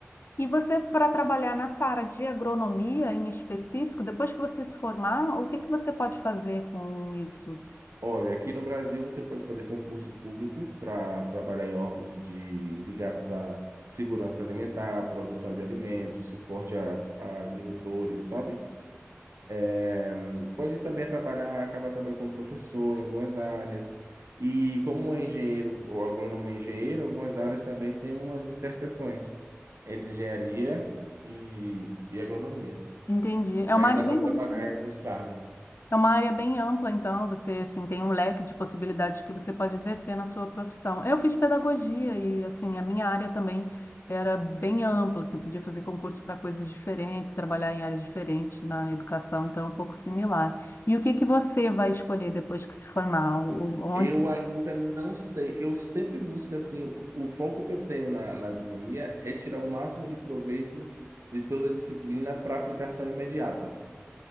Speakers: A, on the left; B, on the right.
A: E você, para trabalhar nessa área de agronomia em específico, depois que você se formar, o que que você pode fazer com isso?
B: Olha, aqui no Brasil você pode fazer concurso público para trabalhar em órgãos de, ligados à segurança alimentar, produção de alimentos, suporte a, a agricultores, sabe? É, Pode também trabalhar, acabar trabalhando como professor em algumas áreas. E como engenheiro ou agrônomo é engenheiro, algumas áreas também têm umas interseções entre engenharia e, e agronomia.
A: Entendi. É uma
B: E aí
A: área
B: dá
A: bem
B: para trabalhar
A: ampla.
B: em alguns cargos.
A: É uma área bem ampla, então você assim tem um leque de possibilidades que você pode exercer na sua profissão. Eu fiz pedagogia e assim a minha área também era bem ampla. Você podia fazer concurso para coisas diferentes, trabalhar em áreas diferentes na educação, então é um pouco similar. E o que que você vai escolher depois que se formar? O- Onde?
B: Eu ainda não sei. Eu sempre busco assim, o foco que eu tenho na, na agronomia é tirar o máximo de proveito de toda a disciplina para aplicação imediata.